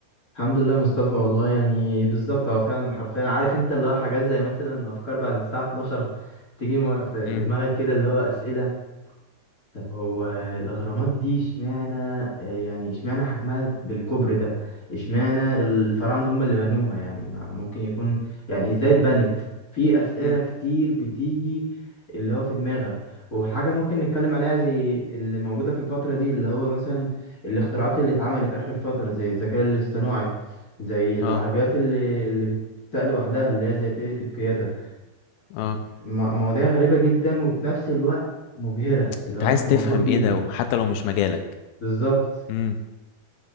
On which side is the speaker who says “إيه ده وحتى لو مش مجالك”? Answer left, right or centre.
Left